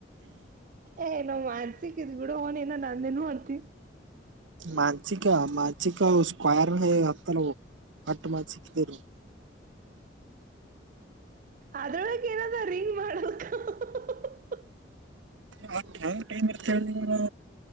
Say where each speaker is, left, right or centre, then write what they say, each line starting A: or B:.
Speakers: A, on the right; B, on the right.
A: ಏ ನೋ ಮಾನ್ಸಕ್ ಇ್ ಬಿಡ ಹನ ಏನ ನಂದ ನ್ ಮಾಡ್ತಿೀ
B: ಮಾಂಸಿಕ ಮಾಸಿಕ ಕೊಯಾರ ಹತ್ತಲವು ಹಟ್ಟು ಮಾಡ ಚಿಕ್ಕ ತೀರು
A: ಅದ್ರೊಳಕ್ ಏನದ ರಿಂಗ್ ಮಾಡಕ್ ಹಾ ಹಾ ಹಾ
B: ಮ